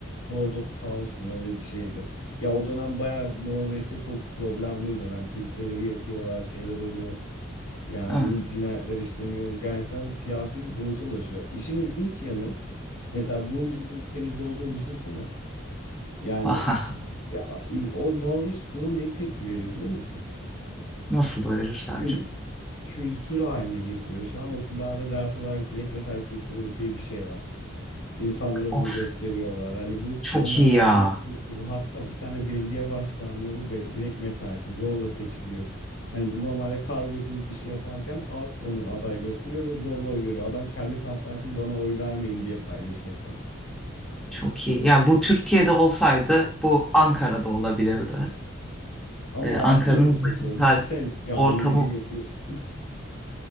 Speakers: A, on the left; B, in the centre.
A: Lord of Chaos mu öyle bir şeydi. Ya o dönem bayağı Norveç'te çok problemli bir dönem. Kiliseleri yakıyorlar, şeyler oluyor. Yani
B: Evet.
A: cinayetler işleniyor. Gerçekten siyasi bir boyuta ulaşıyor. İşin ilginç yanı mesela bunun bizim ülkemizde olduğunu düşünsene. Yani
B: Hı. <laughs>
A: ya, o Norveç buna ne tepki veriyor biliyor musun?
B: Nasıl doyurur sence?
A: Kül- kültür haline getiriyor. Şu an okullarda ders olarak black metal kültürü diye bir şey var. İnsanlara
B: Of,
A: bunu gösteriyorlar. Hani bu
B: çok
A: onların
B: iyi
A: artık
B: ya.
A: bir kültürü. Hatta bir tane belediye başkanları be- black metalci zorla seçiliyor. Hani bu normalde kargoculuk işi yaparken halk onu aday gösteriyor ve zorla oy veriyor. Adam kendi kampanyasını bana oy vermeyin diye paylaşıyor falan.
B: Çok iyi. Ya bu Türkiye'de olsaydı bu Ankara'da olabilirdi.
A: Ama
B: Ee,
A: bence
B: Ankara'nın
A: yine çok
B: başkent
A: zor. Düşünsene camileri
B: ortamı
A: yapıyorsun.